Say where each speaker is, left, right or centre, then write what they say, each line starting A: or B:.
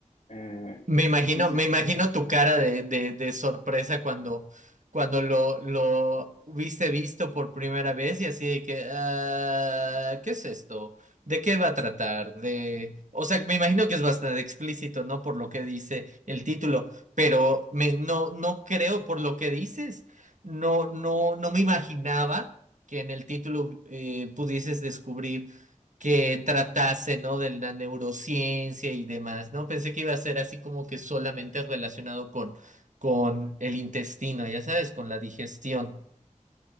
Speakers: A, on the left (about 65°); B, on the right (about 70°).
A: Eh,
B: Me imagino,
A: sí, sí.
B: me imagino tu cara de, de, de sorpresa cuando, cuando lo, lo hubiste visto por primera vez y así de que, "Ah, ¿qué es esto? ¿De qué va a tratar? De... O sea, me imagino que es bastante explícito, ¿no? Por lo que dice el título, pero me, no, no creo por lo que dices. No, no, no me imaginaba que en el título eh, pudieses descubrir que tratase, ¿no? De la neurociencia y demás, ¿no? Pensé que iba a ser así como que solamente relacionado con, con el intestino, ya sabes, con la digestión.